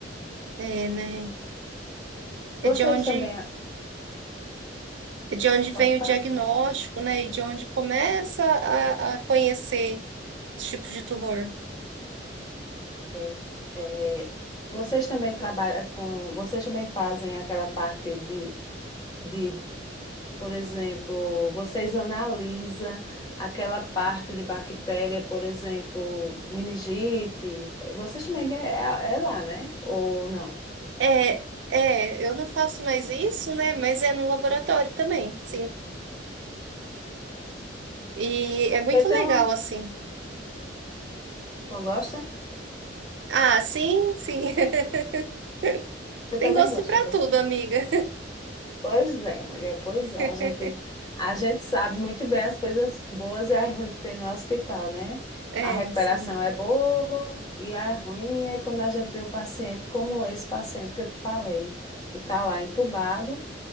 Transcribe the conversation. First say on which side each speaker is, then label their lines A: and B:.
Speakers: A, on the right; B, on the left.
A: É, né? É
B: Vocês
A: de onde,
B: também,
A: é de onde
B: pode
A: vem o
B: falar?
A: diagnóstico, né, e de onde começa a, a conhecer os tipos de tumor.
B: É, é, vocês também trabalham com, vocês também fazem aquela parte de, de Por exemplo, vocês analisam aquela parte de bactéria, por exemplo, meningite. Vocês também é, é- é lá, né? Ou não?
A: É, é, eu não faço mais isso, né, mas é no laboratório também. Sim, E é muito
B: Eu tenho
A: legal,
B: uma.
A: assim.
B: Eu gosto?
A: Ah, sim, sim. <laughs>
B: Eu
A: Tem
B: também
A: gosto
B: gosto
A: pra
B: do que eu
A: tudo,
B: faço.
A: amiga.
B: Pois é, mulher, pois
A: <laughs>
B: é. A gente, a gente sabe muito bem as coisas boas e as ruins que tem no hospital, né?
A: É,
B: A recuperação
A: sim.
B: é boa e a ruim é quando a gente vê o paciente como esse paciente que eu te falei, que está lá entubado